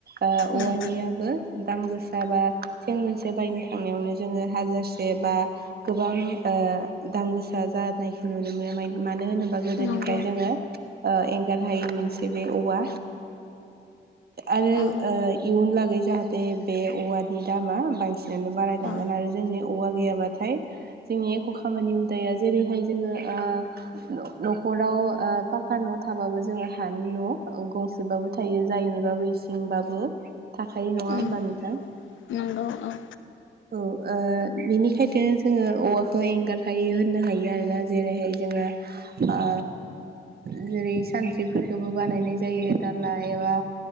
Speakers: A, on the right; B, on the left.
A: ओ
B: उम
A: औवानियाबो दाम गोसा बा सें मोनसे बायनो थांनायावनो जोङो हाजारसे बा गोबां ओ दाम गोसा जानायखौ नुनो मोनो मानो होनोबा गोदोनिफ्राय
B: नंगौ
A: जोङो ओ एंगार हायै मोनसे बे औवा आरो
B: औ
A: ओ इयुनलागै जाहाथे बे औवानि दामा बांसिन <unintelligible> बारायलांगोन
B: औ
A: आरो जोंनि औवा गैयाबा नाथाय जोंनि एख' खामानि हुदाया जेरैहाय जोङो ओ न'खराव ओ पाक्का न' थाबाबो जोङो हानि न' गंसेबाबो थायो जायनिबाबो इसिंबाबो थाखायो नङा
B: उम
A: होमबा नोंथां?
B: नंगौ औ।
A: औ ओ बिनिखाय बिदिनो जोङो औवाखो एंगारहायै होननो हायो आरोना जेरैहाय जोङो ओ जेरै सानद्रिफोरखोबो बानायनाय जायो दाला एबा